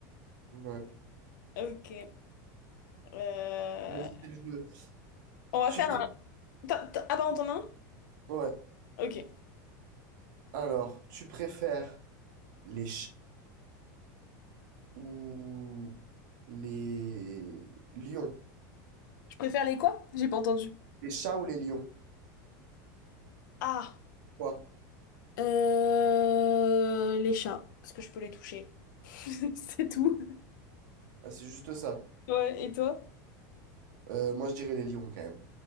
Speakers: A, on the right; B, on the left.
A: Ouais.
B: Ok. Euh,
A: Vas-y, c'est le jeu.
B: On va
A: Tu
B: faire
A: pré...
B: un... t'as- t'as- Ah bah on t'en a un?
A: Ouais.
B: Ok.
A: Alors, tu préfères les ou les lions.
B: Je préfère les quoi? J'ai pas entendu.
A: Les chats ou les lions?
B: Ah,
A: Quoi?
B: Euh... Les chats. parce que je peux les toucher. <laughs> C'est tout.
A: Ah, c'est juste ça.
B: Ouais, et toi?
A: Euh, moi, je dirais les lions quand même.